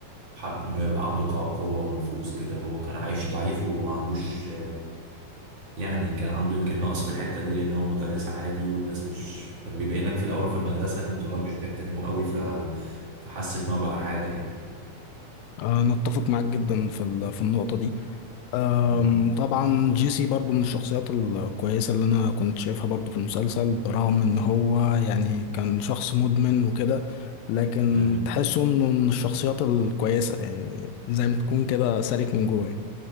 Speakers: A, on the right; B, on the left.
A: حب انه يبقى عنده قوة ونفوذ كده وهو كان عايش ضعيف وما عندوش يعني كان عنده يمكن نقص في الحتة دي لأن هو مدرس عادي والناس مش كان بيبين لك في الأول في المدرسة إن الطلاب مش بيحترموه قوي ف... فحس إن هو بقى حاجة يعني
B: آه، انا اتفق معاك جدا في ال- في النقطة دي أم،
A: مم.
B: وطبعا جيسي برضو من الشخصيات الكويسة اللي أنا كنت شايفها برضو في المسلسل برغم إن هو يعني كان شخص مدمن وكده لكن
A: مم.
B: تحسه إنه من الشخصيات الكويسة يعني زي ما تكون كده سالك من جواه